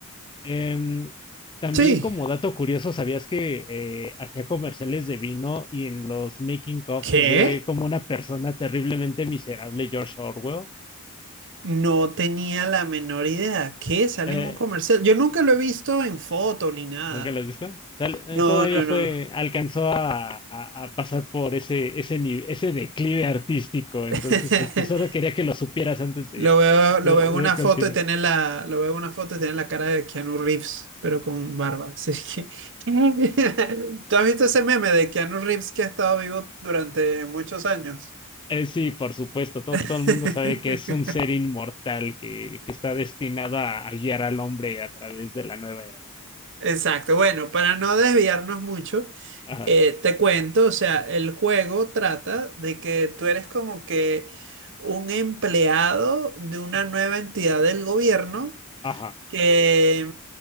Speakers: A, on the left; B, on the right.
A: Em, también
B: Sí.
A: como dato curioso, ¿sabías que eh, hacía comerciales de vino y en los making of
B: ¿Qué?
A: se ve como una persona terriblemente miserable, George Orwell?
B: No tenía la menor idea. ¿Qué? Sale
A: Eh,
B: en un comercial. Yo nunca lo he visto en foto ni nada.
A: ¿nunca lo has visto? Tal- eh,
B: No,
A: todavía
B: no,
A: fue,
B: no.
A: alcanzó a, a- a pasar por ese, ese, ni- ese declive artístico, entonces
B: <laughs>
A: este, solo quería que lo supieras antes de,
B: Lo veo,
A: de,
B: lo veo
A: de
B: en una
A: continuar.
B: foto y tiene la, lo veo en una foto y tiene la cara de Keanu Reeves, pero con barba. Así que, <laughs> ¿tú has visto ese meme de Keanu Reeves que ha estado vivo durante muchos años?
A: Eh, sí, por supuesto, todo,
B: <laughs>
A: todo el mundo sabe que es un ser inmortal que, que está destinado a, a guiar al hombre a través de la nueva era.
B: Exacto, bueno, para no desviarnos mucho,
A: Ajá,
B: eh, te cuento, o sea, el juego trata de que tú eres como que un empleado de una nueva entidad del gobierno
A: ajá,
B: que